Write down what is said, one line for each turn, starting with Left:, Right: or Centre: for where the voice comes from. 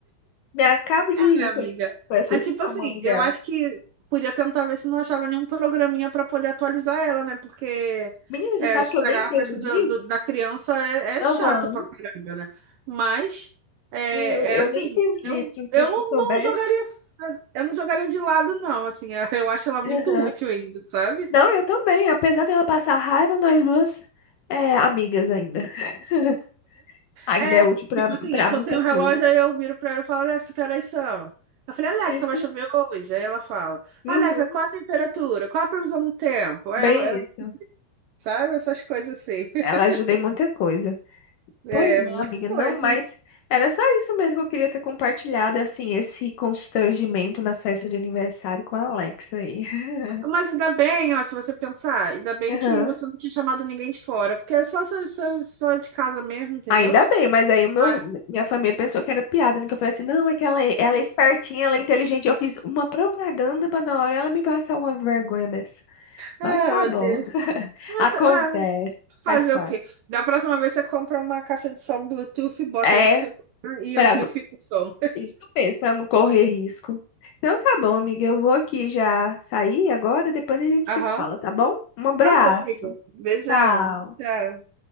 Left: Me acabo de rir
Right: É, amiga.
Left: com com esses
Right: Ah, tipo
Left: comandos
Right: assim,
Left: dela.
Right: eu acho que podia tentar ver se não achava nenhum programinha pra poder atualizar ela, né? Porque
Left: Menina, você
Right: é,
Left: sabe
Right: estragar
Left: que eu nem entendo
Right: a festa
Left: disso?
Right: do- do- da criança é, é
Left: Aham.
Right: chato pra caramba, né? Mas é,
Left: Sim, Eu, eu
Right: é assim,
Left: nem entendo
Right: eu,
Left: disso, porque
Right: eu
Left: se
Right: não,
Left: eu soubesse.
Right: não jogaria, eu não jogaria de lado, não. Assim, eu acho ela muito
Left: Aham.
Right: útil ainda, sabe?
Left: Não, eu também. Apesar dela passar raiva, nós duas é amigas ainda. <laughs> Ainda
Right: É,
Left: é útil pra,
Right: tipo assim,
Left: pra
Right: eu tô
Left: muita
Right: sem o
Left: coisa.
Right: relógio, aí eu viro pra ela e falo, Alexa, que horas são? Eu falei, Alexa,
Left: Isso.
Right: vai chover hoje? Aí ela fala,
Left: Uhum.
Right: Alexa, qual a temperatura? Qual a previsão do tempo? Aí
Left: Bem
Right: eu, eu-
Left: isso.
Right: sabe, essas coisas assim. <laughs>
Left: Ela ajuda em muita coisa.
Right: É,
Left: Pois não,
Right: muita
Left: amiga,
Right: coisa.
Left: não, mas era só isso mesmo que eu queria ter compartilhado, assim, esse constrangimento na festa de aniversário com a Alexa aí. <laughs>
Right: Mas ainda bem, ó, se você pensar, ainda bem
Left: Aham.
Right: que você não tinha chamado ninguém de fora, porque é só, só, só só de casa mesmo, entendeu?
Left: Ainda bem, mas aí o meu,
Right: Ah,
Left: minha família pensou que era piada, né? Que eu falei assim, não, é que ela, é- ela é espertinha, ela é inteligente. Eu fiz uma propaganda pra na hora ela me passar uma vergonha dessa.
Right: ah,
Left: Mas tá
Right: meu
Left: bom.
Right: Deus. Mas
Left: Acontece,
Right: tá- ah, fazer
Left: faz parte.
Right: o quê? Da próxima vez você compra uma caixa de som Bluetooth, bota
Left: É,
Right: no seu e
Left: pra
Right: amplifica
Left: não,
Right: o som.
Left: isso mesmo, pra não correr risco. Então tá bom, amiga, eu vou aqui já sair agora, depois a gente
Right: Aham.
Left: se fala, tá bom? Um abraço.
Right: Tá bom, amigo. Beijão.
Left: Tchau.
Right: Tchau.